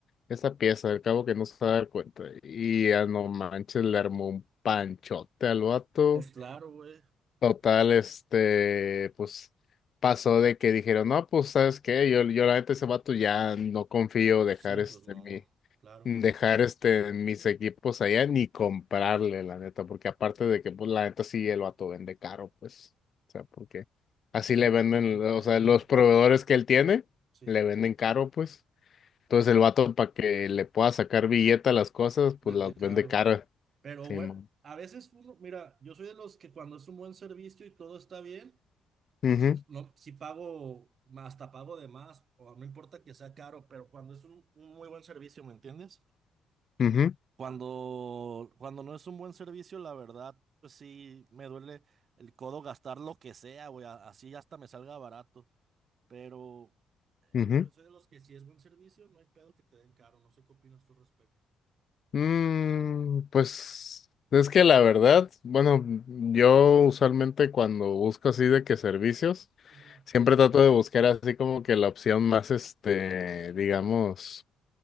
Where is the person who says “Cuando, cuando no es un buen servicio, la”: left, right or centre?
Right